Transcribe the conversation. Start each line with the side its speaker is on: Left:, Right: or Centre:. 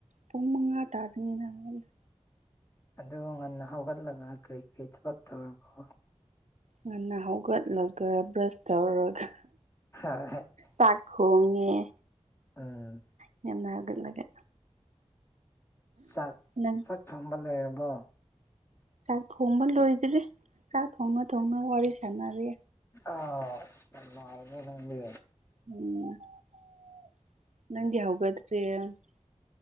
Right: ꯄꯨꯡ ꯃꯉꯥ ꯇꯥꯗꯔꯤ ꯉꯩꯗ ꯉꯥꯡꯅ
Left: ꯑꯗꯣ ꯉꯟꯅ ꯍꯧꯒꯠꯂꯒ ꯀꯔꯤ ꯀꯔꯤ ꯊꯕꯛ ꯇꯧꯔꯕꯣ
Right: ꯉꯟꯅ ꯍꯧꯒꯠꯂꯒ ꯕ꯭ꯔꯁ ꯇꯧꯔꯒ
Left: ꯍ ꯍꯥ <unintelligible>
Right: ꯆꯥꯛ ꯊꯣꯡꯉꯦ
Left: ꯎꯝ
Right: ꯉꯟꯅ ꯍꯧꯒꯠꯂꯒ
Left: ꯆꯥꯛ
Right: ꯅꯪ
Left: ꯆꯥꯛ ꯊꯣꯡꯕ ꯂꯣꯏꯔꯕꯣ
Right: ꯆꯥꯛ ꯊꯣꯡꯕ ꯂꯣꯏꯗ꯭ꯔꯤ ꯆꯥꯛ ꯊꯣꯡꯅ ꯊꯣꯡꯅ ꯋꯥꯔꯤ ꯁꯥꯟꯅꯔꯦ
Left: ꯑꯁ ꯌꯥꯝ ꯅꯨꯡꯉꯥꯏꯅꯦ ꯅꯪꯗꯤ
Right: ꯎꯝ ꯅꯪꯗꯤ ꯍꯧꯒꯠꯇꯔꯤ